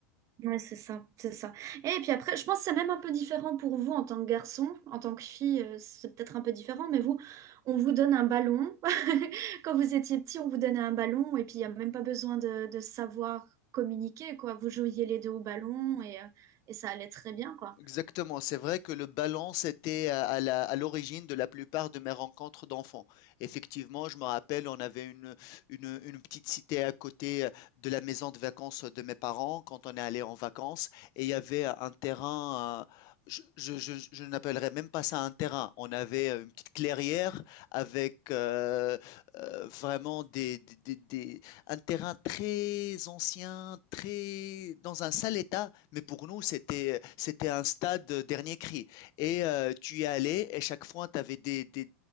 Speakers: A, on the right; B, on the left.
A: Ouais, c'est ça, c'est ça. Et puis après, je pense que c'est même un peu différent pour vous en tant que garçon, en tant que fille, euh, c'est peut-être un peu différent, mais vous, on vous donne un ballon. <laughs> Quand vous étiez petit, on vous donnait un ballon et puis il n'y a même pas besoin de, de savoir communiquer, quoi. Vous jouiez les deux au ballon et, euh, et ça allait très bien, quoi.
B: Exactement, c'est vrai que le balance était à à la- à l'origine de la plupart de mes rencontres d'enfants. Effectivement, je me rappelle, on avait une, une, une petite cité à côté euh, de la maison de vacances de mes parents quand on est allé en vacances et il y avait euh, un terrain, euh, je, je, je, je n'appellerais même pas ça un terrain. On avait euh, une petite clairière avec euh, euh, vraiment des, des, des, un terrain très ancien, très dans un sale état, mais pour nous, c'était c'était un stade dernier cri. Et euh, tu y allais, et chaque fois, tu avais des, des,